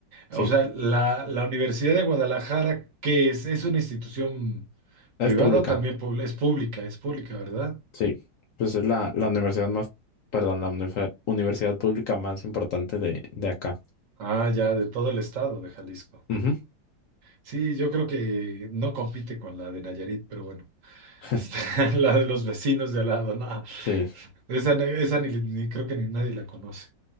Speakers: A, on the right (about 60°); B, on the left (about 70°).
A: O
B: Sí,
A: sea, la, la Universidad de Guadalajara, ¿qué es? ¿Es una institución privada
B: es pública.
A: o también pub- es pública? Es pública, ¿verdad?
B: Sí, pues es la, la universidad más, perdón, la unife- universidad pública más importante de, de acá.
A: Ah, ya, de todo el estado de Jalisco.
B: Ujú.
A: Sí, yo creo que no compite con la de Nayarit, pero bueno, <laughs>
B: <laughs>
A: está la de los vecinos de al lado, no.
B: Sí,
A: Esa, na- esa ni, ni creo que ni nadie la conoce.